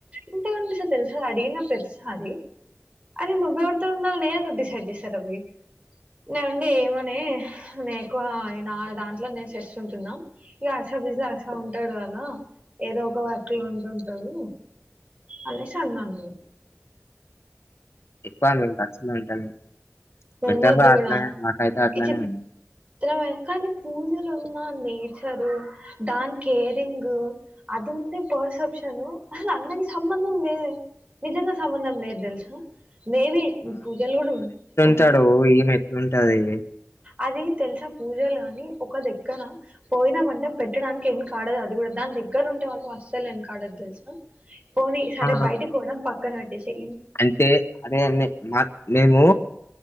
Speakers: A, on the right (about 35°); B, on the left (about 60°).
A: ఉంటే ఉంటే సార్ తెలుస అడిగిన ప్రతిసారి అరే నువ్ ఎవరితో ఉండాల్నో నేను ఎందుకూ డిసైడ్ చేస్తారా బయ్ నేనుండి ఏమోనే నీకు నా ఆ నాదంట్లో నేన షేఫ్స్ ఉంటున్నా ఇక హర్షా బీసీ లో హర్ష ఉంటద్ కదా ఏదో ఒక వర్క్ లో ఉ ఉంటాడు అనే సన్నను
B: ఎక్కువ అడ్ నెన్ టచ్ లో ఉంటలేన్ పెట్టారు
A: ఉండొద్దు
B: బా
A: కూడా
B: అట్లా నాకైతే అట్లనే
A: ఈ
B: ఉంది
A: చిత్రమైన కానీ పూజలో ఉన్న నేచరు దాని కేరింగ్ అది ఉండే పర్సెప్షన్ అల అన్నకి సంబంధం లేదే నిజంగా సంబంధం లేద్ తెలుస మేబీ పూజలు కూడ్ ఉ
B: టడో ఇమే ఎట్ ఉంటది.
A: అది తెలుసా పూజలు గానీ ఒక దగ్గర పోయినవంటే పెట్టడానికి ఎనుకాడదు అది కూడా దాని దగ్గర ఉంటే వాళ్ళ అసలు ఎనుకాడదు తెలుసా. పోనీ సరే
B: ఆ
A: బయటీకి పోదంపా. ఇక్కనేపెట్టేసేయ్.
B: అంటే అదే అనే మాకు మేము.